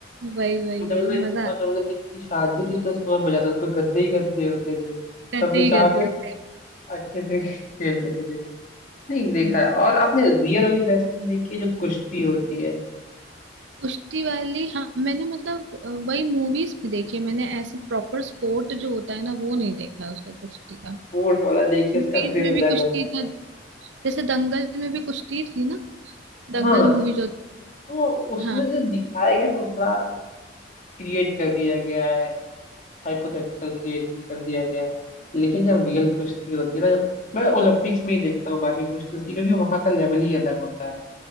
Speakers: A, on the right; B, on the left.
A: वही वही
B: मतलब
A: वही
B: मतलब-
A: मजा
B: और
A: आता
B: जब मतलब किसी की शादी होती थी तो उसमें और मजा आता था उसमें गद्दे ही गद्दे होते थे
A: करते
B: सब बिछा
A: ही करते
B: के
A: उस टाइम
B: अच्छे से <laughs> खेलते थे फिर। नहीं देखा
A: हम्म
B: है और आपने रियल वाली रेसलिंग देखी है जो कुश्ती होती है
A: कुश्ती वाली हाँ मैंने मतलब अ, वही मूवीज में देखी है मैंने ऐसे प्रॉपर स्पोर्ट जो होता है ना वो नहीं देखा है उसका कुश्ती का
B: स्पोर्ट वाला देखिए
A: मूवीज
B: उसका थ्रिल
A: में भी
B: अलग
A: कुश्ती
B: होता है
A: था जैसे दंगल में भी कुश्ती थी ना
B: हाँ
A: दंगल
B: हाँ
A: मूवी
B: ठीक
A: जो
B: उसको उसमें
A: हाँ
B: जो दिखाया गया ना वो थोड़ा क्रिएट कर दिया गया है हाइपोथेटिकल क्रिएशन कर दिया गया है लेकिन जब रियल कुश्ती होती है ना जब मैं ओलंपिक्स में ही देखता हूँ बाकी कुश्ती उश्ती क्योंकि वहां का लेवल ही अलग होता है